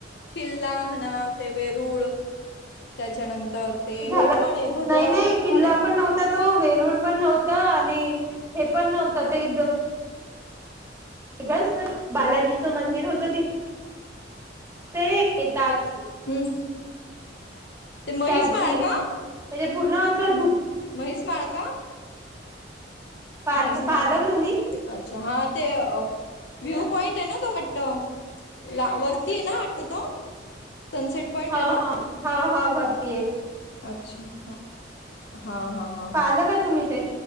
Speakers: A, on the left (about 65°); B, on the right (about 15°).
A: किल्ला म्हणा ते वरूळ त्याच्यानंतर तर ते
B: झालं
A: हे पण आहे भद्रा
B: नाही नाही
A: मारुती
B: किल्ला
A: पण आहे.
B: नव्हता तो वेरूळ पण नव्हता आणि हे पण नव्हतं ते हेठी काच तर. बालाजीचं मंदिर होत तिथ ते येतात.
A: हम्म ते महिष
B: त्यातनी
A: माळा का.
B: म्हणजे पूर्ण असुः
A: महेष माळ का
B: पाल
A: म्हैस माळ
B: पाहिल का तुम्ही
A: अच्छा हा ते व्ह्यू पॉइंट आहे ना तो वाटत ला वरती आहे ना वाटत तो सनसेट पॉइंट
B: हा
A: आहे ना
B: हा हा हा भरतीय
A: अच्छा हा हा हा
B: पालक का तुम्ही ते